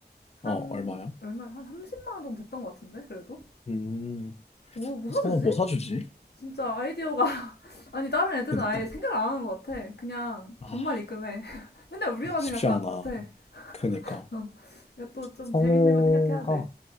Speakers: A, on the left; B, on the left.
A: 한
B: 어, 얼마야?
A: 얼마 한 30만 원 정도 됐던 것 같은데 그래도
B: 음,
A: 뭐, 뭐 사주지?
B: 성우 뭐 사주지?
A: 진짜 아이디어가 <laughs> 아니 다른 애들은
B: 그니까.
A: 아예 생각을 안 하는 것 같아. 그냥
B: 아,
A: 돈만 입금해. <laughs> 맨날 우리만
B: 쉽지
A: 생각하는
B: 않아.
A: 것 같아.
B: 그니까.
A: 어. 이거 또 좀
B: 성우가
A: 재밌는 걸 생각해야 돼.